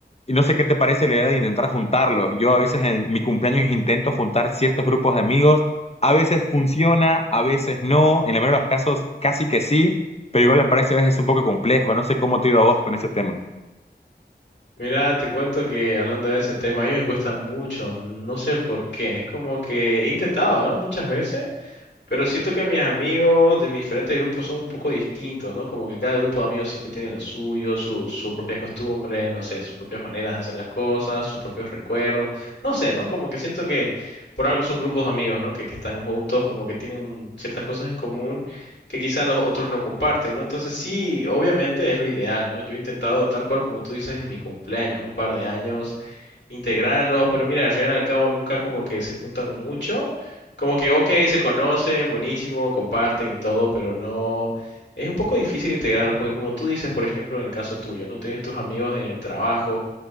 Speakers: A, on the left; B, on the left.
A: y no sé qué te parece la idea de intentar juntarlos. Yo a veces en mi cumpleaños intento juntar ciertos grupos de amigos. A veces funciona, a veces no. En el mayoría de los casos casi que sí, pero igual me parece a veces un poco complejo. No sé cómo te ha ido a vos con ese tema.
B: Mira, te cuento que hablando de ese tema, a mí me cuesta mucho, no sé por qué. Es como que he intentado, ¿no? Muchas veces. Pero siento que mis amigos de mis diferentes grupos son un poco distintos, ¿no? Como que cada grupo de amigos siempre tiene lo suyo, su- sus propias costumbres, no sé, sus propias maneras de hacer las cosas, sus propios recuerdos, no sé, ¿no? Como que siento que por algo son grupos de amigos, ¿no? Que, que están juntos, como que tienen ciertas cosas en común que quizá los otros no comparten, ¿no? Entonces sí, obviamente es lo ideal, ¿no? Yo he intentado tal cual como tú dices en mi cumpleaños, un par de años integrarlos, pero mira, al final y al cabo nunca como que se juntan mucho, como que, ok, se conocen, buenísimo, comparten y todo, pero no, es un poco difícil integrarlos, porque como tú dices, por ejemplo, en el caso tuyo, ¿no? Tienes tus amigos en el trabajo